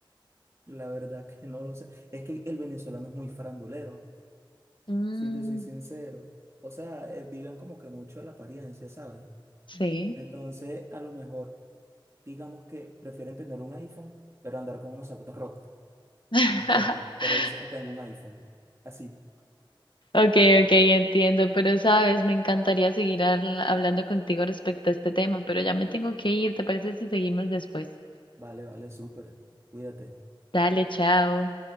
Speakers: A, on the right; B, on the left.
A: La verdad que no lo sé. Es que el venezolano es muy farandulero,
B: Mm,
A: si te soy sincero. O sea, eh, viven como que mucho de la apariencia, ¿sabes?
B: sí.
A: Entonces, a lo mejor, digamos que prefieren tener un iPhone, pero andar con unos zapatos rotos,
B: <laughs>
A: ¿me entiendes? Pero dice, "Ah, tengo un iPhone. Así,
B: Okay, okay, entiendo, pero sabes, me encantaría seguir habl- hablando contigo respecto a este tema, pero ya me tengo que ir, ¿te parece si seguimos después?
A: vale, vale, súper. Cuídate.
B: Dale, chao.